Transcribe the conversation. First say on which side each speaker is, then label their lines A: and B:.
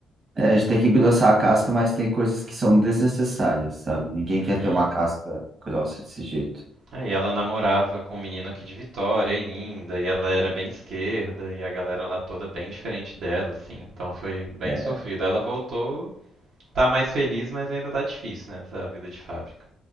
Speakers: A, on the right (about 45°); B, on the right (about 70°).
A: É, a gente tem que engrossar a casca, mas tem coisas que são desnecessárias, sabe? Ninguém
B: Uhum.
A: quer ter uma casca grossa desse jeito.
B: Aí ela namorava com um menino aqui de Vitória ainda, e ela era bem de esquerda, e a galera lá toda bem diferente dela, assim. Então foi bem
A: É,
B: sofrido. Aí Ela voltou, tá mais feliz, mas ainda tá difícil, né? Essa vida de fábrica.